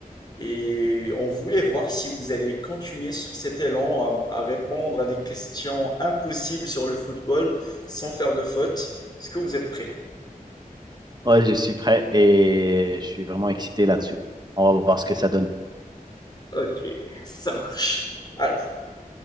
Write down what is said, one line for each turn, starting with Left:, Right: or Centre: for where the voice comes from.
Left: et on voulait voir si vous allez continuer sur cet élan à, à répondre à des questions impossibles sur le football sans faire de faute. Est-ce que vous êtes prêt?
Right: Ouais, je suis prêt et je suis vraiment excité là-dessus. On va voir ce que ça donne.
Left: Ok, ça marche. Alors,